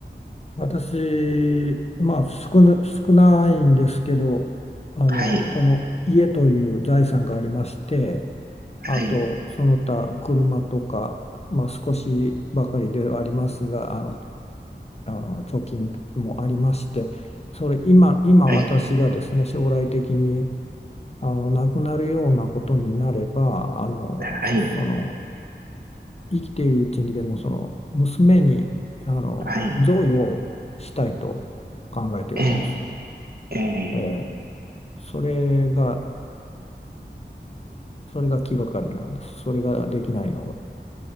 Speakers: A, on the left; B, on the right.
A: 私、まあ少な、少ないんですけど、あのこの家という財産がありまして、
B: はい。はい。
A: あとその他車とか、まあ、少しばかりではありますが、あの、あの貯金もありまして、それ今、今私がですね、
B: はい。
A: 将来的にあの亡くなるようなことになればあのその
B: はい。
A: 生きているうちにでもその娘にあの贈与したいと考えているんです。
B: はい。ええ、ええ、
A: ええそれがそれが気がかりなんです。それができないのが。